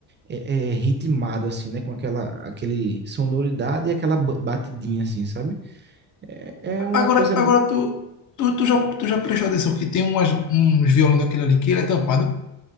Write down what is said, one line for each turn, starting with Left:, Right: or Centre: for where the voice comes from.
Right: é, é, ritmado, assim, né? Com aquela aquele sonoridade e aquela ba- batidinha, assim, sabe? É, é uma
Left: Agora,
Right: coisa.
Left: agora tu, tu, tu já, tu já prestou atenção que tem umas, uns violão daquele ali que ele é tampado?